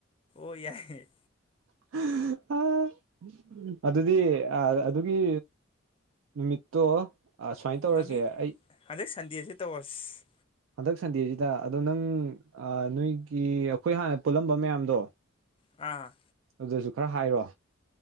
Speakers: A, on the left; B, on the right.
A: ꯑꯣꯏ ꯌꯥꯏꯦ
B: <unintelligible> ꯑꯗꯨꯗꯤ ꯑꯗꯨꯒꯤ ꯅꯨꯃꯤꯠꯇꯣ ꯁꯨꯃꯥꯏꯅ ꯇꯧꯔꯁꯦ
A: ꯒꯃꯤ
B: ꯑꯩ
A: ꯍꯟꯗꯛ ꯁꯟꯗꯦꯁꯦ ꯇꯧꯔꯁ
B: ꯍꯟꯗꯛ ꯁꯟꯗꯦꯁꯤꯗ ꯑꯗꯣ ꯅꯪ ꯅꯣꯏꯒꯤ ꯑꯩꯈꯣꯏ ꯍꯥꯟꯅ ꯄꯨꯜꯂꯝꯕ ꯃꯌꯥꯝꯗꯣ
A: ꯑꯥ
B: ꯑꯗꯨꯁꯨ ꯈꯔ ꯍꯥꯏꯔꯣ